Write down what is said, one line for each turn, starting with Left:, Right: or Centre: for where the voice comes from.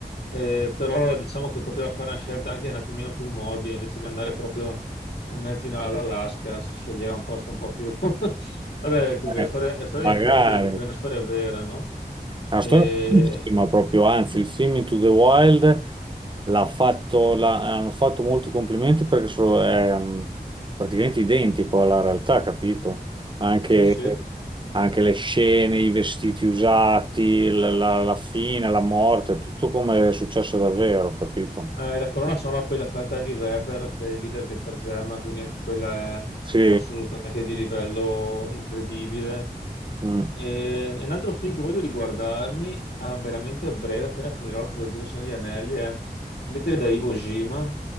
Left: Eh, però diciamo che poteva fare una scelta anche un attimino più morbida, invece che andare proprio in mezzo in- all'Alaska, si sceglieva un posto un po' più... <laughs> Vabbè, comunque,
Right: Eh,
Left: la storia, la storia
Right: magari
Left: è incredibile anche perché
Right: è
Left: è una storia vera, no?
Right: una
Left: E-
Right: storia bellissima proprio, anzi, il film Into the Wild l'ha fatto, l'ha- hanno fatto molti complimenti perché so- è mh, praticamente identico alla realtà, capito? Anche,
Left: Sì, sì.
Right: anche le scene, i vestiti usati, la, la- la fine, la morte, tutto come è successo davvero, capito?
Left: Eh, la colonna sonora poi l'ha fatta Eddie Vedder, che è il leader dei Pearl Jam, quindi anche quella è
Right: Sì,
Left: assolutamente di livello incredibile.
Right: mm,
Left: E, e un altro film che voglio riguardarmi a veramente a breve, appena finirò la trilogia del Signore degli Anelli, è Lettere da Iwo Jima